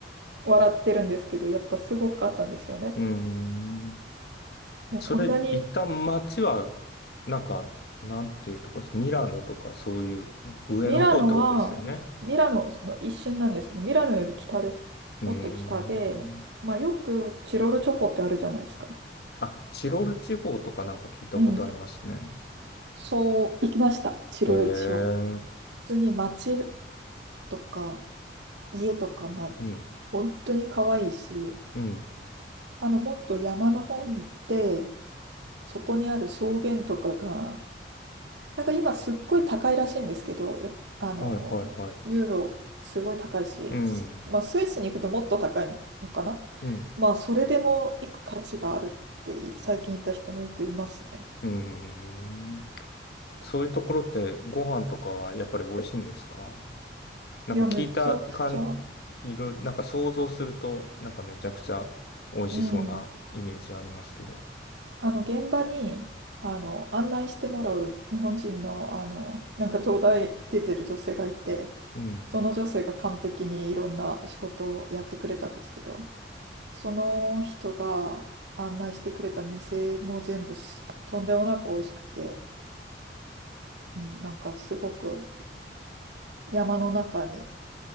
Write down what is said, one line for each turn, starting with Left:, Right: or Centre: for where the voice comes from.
Right: 笑ってるんですけど、やっぱすごくあったんですよね。
Left: うん
Right: もうこんなに、
Left: それ、一旦街は、なんか、なんていうとこです。ミラノとかそういう上の方ってことですよね。
Right: ミラノは、ミラノの一瞬なんですけど、ミラノより北です。
Left: うーん。
Right: もっと北で、まあ、よくチロルチョコってあるじゃないですか。
Left: あ、チロル地方とかなんか聞いたことありますね。
Right: うん。そう、行きました、チロルチを。
Left: へえ、
Right: 普通に街とか家とか、まあ、
Left: うん、
Right: 本当に可愛いし、
Left: うん、
Right: あの、もっと山の方に行って、そこにある草原とかが、なんか今すっごい高いらしいんですけど、やあの、
Left: はいはいはい。
Right: ユーロすごい高いし、
Left: うん、
Right: すまあスイスに行くともっと高いのかな。
Left: うん、
Right: まあそれでも行く価値があるってい最近行った人もよくいますね。
Left: うん。そういうところってご飯とかはやっぱり美味しいんですかなんか聞いた感、
Right: いや、めちゃくちゃ、
Left: いろ、なんか想像すると、なんかめちゃくちゃ美味しそうなイメージありますけど。
Right: うん、あの現場にあの案内してもらう日本人の、あのなんか東大出てる女性がいて
Left: うん、
Right: その女性が完璧にいろんな仕事をやってくれたんですけどその人が案内してくれた店も全部すとんでもなく美味しくて、うん、なんかすごく山の中に